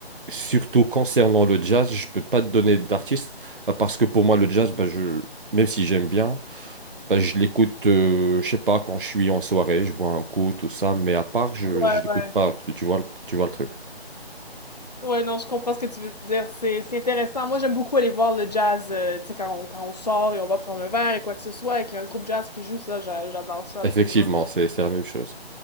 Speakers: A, on the right; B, on the left.
A: surtout concernant le jazz, je peux pas te donner d'artiste bah, parce que pour moi, le jazz, bah, je, même si j'aime bien, bah, je l'écoute, euh, je sais pas, quand je suis en soirée, je bois un coup, tout ça. Mais à part, je,
B: Ouais,
A: je l'écoute
B: ouais.
A: pas. Tu, tu vois, le- tu vois le truc.
B: Ouais, non, je comprends ce que tu veux dire. C'est, c'est intéressant. Moi, j'aime beaucoup aller voir le jazz, euh, tu sais, quand on, quand on sort et on va prendre un verre et quoi que ce soit et qu'il y a un groupe jazz qui joue ça, j'a- j'adore ça absolument.
A: Effectivement, c'est, c'est la même chose.